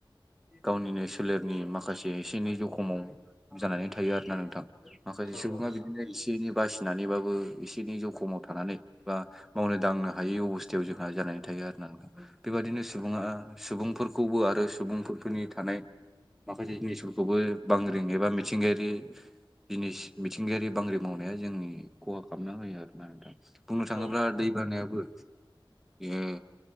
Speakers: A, in the centre; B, on the left (about 45°).
A: गावनिनो सोलेरनि माखासे एसे एनै जखमाव जानानै थायो आरोना नोंथां माखासे
B: औ
A: सुबुङा
B: नोंथां
A: बिदिनो एसे एनै बासिनानैबाबो एसे एनै जखमाव थानानै बा मावनो दांनो हायै अबस्थायाव जोंहा जानानै थायो आरोना नोंथां बेबादिनो सुबुङा सुबुंफोरखौबो आरो सुबुंफोरफोरनि थानाय माखासे जिनिसफोरखौबो बांग्रिं एबा मिथिंगायारि जिनिस मिथिंगायारि बांग्रिं मावनाया जोंनि खहा खालामना होयो आरोना नोंथां बुंनो थाङोब्ला
B: औ नोंथां औ
A: दै बानायाबो ए